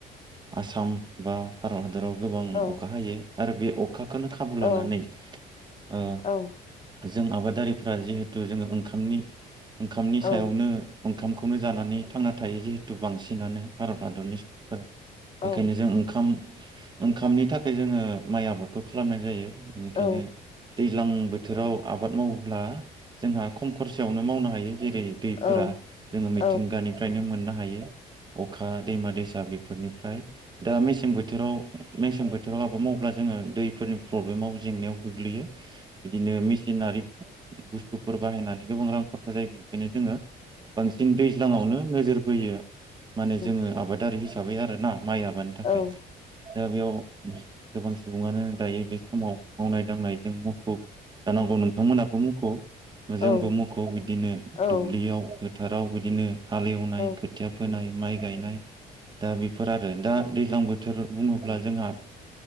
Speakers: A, on the right (about 25°); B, on the left (about 40°).
A: आसाम बा भारत हादराव गोबां
B: औ
A: अखा हायो आरो बे अखाखोनो खाबु लानानै
B: औ
A: ओ
B: औ
A: जों आबादारिफ्रा जिहेथु जोङो ओंखामनि ओंखामनि सायावनो
B: औ
A: ओंखामखौनो जानानै थांना थायो जिहेतु बांसिनानो भारत हादरनि सुबुंफोरा बेखायनो
B: औ
A: जों ओंखाम ओंखामनि थाखाय जोङो माइ आबादखौ खालामनाय जायो इनिखायनो
B: औ
A: दैज्लां बोथोराव आबाद मावोब्ला जोंहा खम खरसायाव नो मावनो हायो जेरै दैफोरा
B: औ
A: जोङो
B: औ
A: मिथिंगानिफ्रायनो मोन नो हायो अखा दैमा दैसा बेफो फोरनिफ्राय दा मेसें बोथोराव मेसें बोथोराव आबाद मावोब्ला जोङो दैफोरनि प्रब्लेमाव जेंनायाव गोग्लैयो इदिनो मेसिनारि बुस्तुफोर बाहायनानै गोबां रां खरसा जायो बेनिखायनो जोङो बांसिन दैज्लाङावनो नोजोर बोयो माने जोङो
B: औ
A: आबादारि हिसा साबै आरो ना माइ आबानि थाखाय
B: औ
A: दा बेयाव गोबां सुबुङानो दायो बे समाव मावनाय दांनायदों मुखुब जानांगौ नोंथांमोनाबो मुखुब जोंबो
B: औ
A: मुखुब इनो
B: औ
A: दुब्लियाव फोथाराव बिदिनो हालेवनाय
B: औ
A: खोथिया फोनाय माइ गायनाय दा बेफोर आरो दा दैज्लां बोथोर बुङोब्ला जोंहा